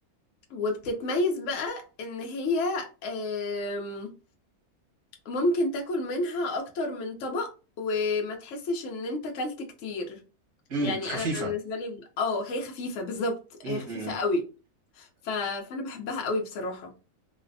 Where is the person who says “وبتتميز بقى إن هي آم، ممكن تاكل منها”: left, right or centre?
Left